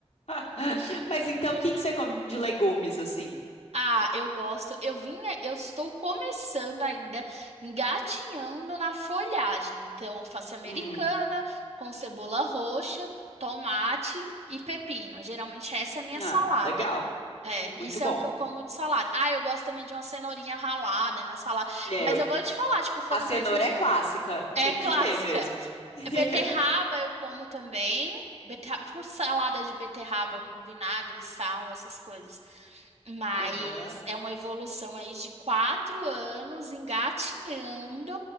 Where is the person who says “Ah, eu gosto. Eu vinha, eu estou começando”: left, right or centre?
Right